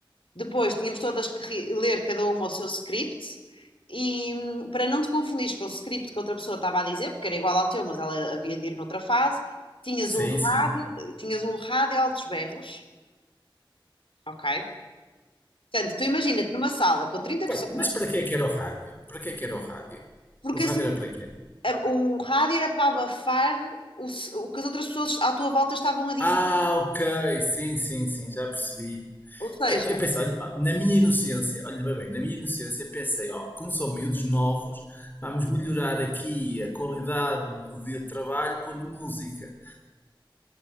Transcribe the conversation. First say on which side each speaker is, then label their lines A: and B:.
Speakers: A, on the left (about 80°); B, on the left (about 20°).
A: Depois tínhamos todas que ri- ler cada uma o seu script e hum, para não te confundir com o script que outra pessoa estava a dizer, porque era igual ao teu, mas ela havia de ir noutra fase, tinhas
B: Sim,
A: um
B: sim.
A: rádio, tinhas um rádio a altos berros, ok? Portanto, tu imagina-te numa sala com 30
B: Para-
A: pessoas,
B: Mas para que é que era o rádio? Para que é que era o rádio?
A: porque
B: O
A: assim,
B: rádio era para quê?
A: a- o rádio era para abafar o, s- o que as outras pessoas à tua volta estavam a dizer,
B: Ah, ok, sim, sim, sim, já percebi.
A: ou seja,
B: Eu eu pensei, olha, na minha inocência, olha bem, bem, na minha inocência pensei, ó, como são miúdos novos, vamos melhorar aqui a qualidade do dia de trabalho pondo música.